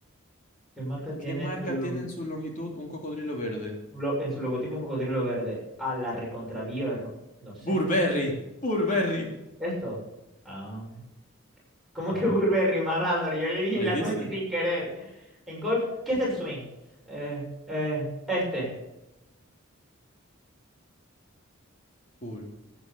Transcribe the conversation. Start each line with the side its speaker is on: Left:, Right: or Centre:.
Centre: ¿Qué marca tiene
Left: ¿Qué marca
Centre: en su, logo-
Left: tiene en su longitud un cocodrilo verde?
Centre: lo- en su logotipo un cocodrilo verde? A la recontra No sé.
Left: Burberry, Burberry.
Centre: ¿Esto? Ah. ¿Cómo
Left: Ah,
Centre: que Burberry, malandro? Yo le dije
Left: ahí
Centre: la
Left: dice.
Centre: cosa y sin querer. En golf, ¿qué es el swing? Eh, eh, este.
Left: Cool.